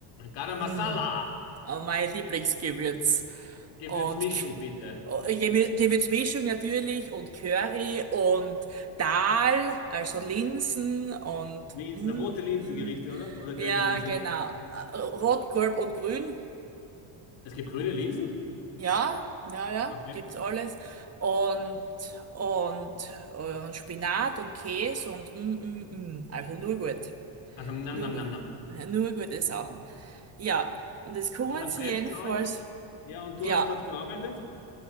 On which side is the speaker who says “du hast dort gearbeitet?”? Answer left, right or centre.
Left